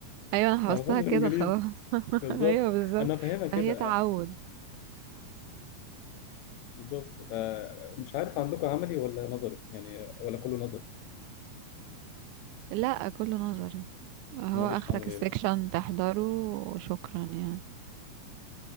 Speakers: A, on the right; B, on the left.
A: ايوه انا
B: ما
A: حفظتها
B: اعرفهاش غير
A: كده
B: انجليزي
A: خلاص <laughs>
B: بالظبط
A: ايوه بالظبط
B: انا فاهمها كده
A: فهي تعود
B: بالظبط فمش عارف عندكم عملي ولا نظري يعني ولا كله نظري
A: لا كله نظري هو
B: ما فيش
A: اخرك
B: عملي
A: السكشن تحضره وشكرا يعني